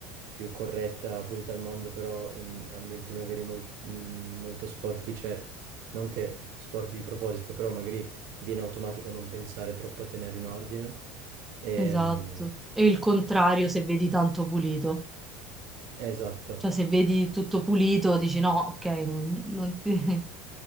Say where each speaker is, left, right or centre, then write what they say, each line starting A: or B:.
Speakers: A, on the right (about 60°); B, in the centre.
A: più corretta, pulita al mondo, però in ambienti magari mol- mh, molto sporchi c'è non che sporchi di proposito, però magari viene automatico non pensare troppo a tenere in ordine. Ehm,
B: esatto. E il contrario se vedi tanto pulito.
A: esatto.
B: Cioè, se vedi tutto pulito, dici no, ok, non, non ti... <laughs>